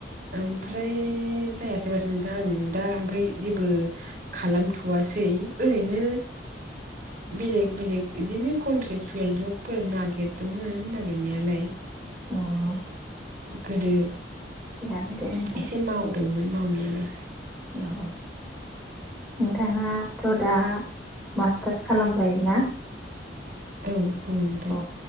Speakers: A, on the right; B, in the centre.
A: ओमफ्राय जायासै माथो नोंथां आं दा ओमफ्राय जेबो खालामथ'वासै ओरैनो बेलेग बेलेग बिदिनो कन्ट्रेक्सुयेल जबफोर नागिरदोंमोन नागिरनायालाय।
B: अ
A: गोदो।
B: थिगानो दे नोंथां
A: एसे मावदोंमोन माव लाय
B: अ नोंथाङाथ' दा मास्टार्स खालामबायना।
A: औ नोंथां
B: अ